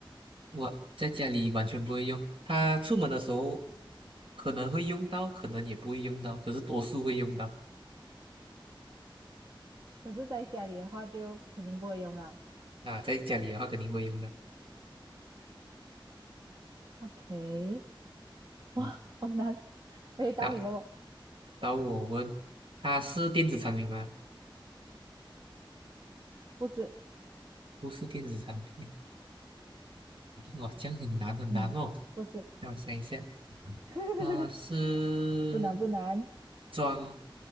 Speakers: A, on the right; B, on the right.
A: 我在家里完全不会用。他出门的时候可能会用到，可能也不会用到，可是多数会用到。
B: 可是在家里的话就肯定不会用了。
A: 啊，在家里的话肯定会用到。
B: OK，哇，
A: 嗯，
B: 好难。哎，当你问我，
A: 那到我问，它是电子产品吗？
B: 不是，
A: 不是电子产品。哇，这样很难很难哦。
B: 嗯，不是，
A: 让我想一下，
B: <laughs>
A: 它是
B: 不难不难，
A: 装，